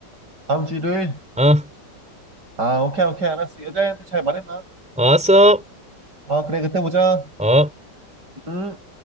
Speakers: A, on the right; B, in the centre.
A: 다음 주 일요일?
B: 아,
A: 아, 오케이, 오케이, 알았어. 여자애한테 잘 말해놔.
B: 알았어.
A: 아, 그래, 그때 보자.
B: 어.
A: 음.